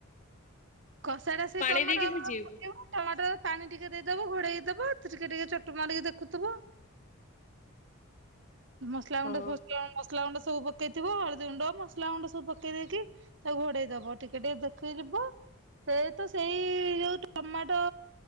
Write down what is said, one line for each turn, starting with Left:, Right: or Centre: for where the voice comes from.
Right: କଷା ଟା ସେ
Left: ପାଣି
Right: ଟମାଟୋ
Left: ଦେଇକି ସିଝେଇବୁ
Right: ପକେଇବ ଟମାଟୋର ପାଣି ଟିକେ ଦେଇଦବ ଘୋଡେଇ ଦେବା ଟିକେ ଟିକେ ଚୋଟ ମା ଟିକେ ଦେଖୁଥିବ। <inaudible> ମସଲା
Left: ହଁ।
Right: ଗୁଣ୍ଡ ମସଲା ଗୁଣ୍ଡ ସବୁ ପକେଇଥିବ ହଳଦୀ ଗୁଣ୍ଡ ମସଲା ଗୁଣ୍ଡ ସବୁ ପକେଇ ଦେଇେଇକି ତାକୁ ଘୋଡେଇ ଦବ ଟିକେ ଟିକେ ଦେଖେଇ ଯିବ ସେ ତ ସେଇ ଯୋଉ ଟମାଟୋ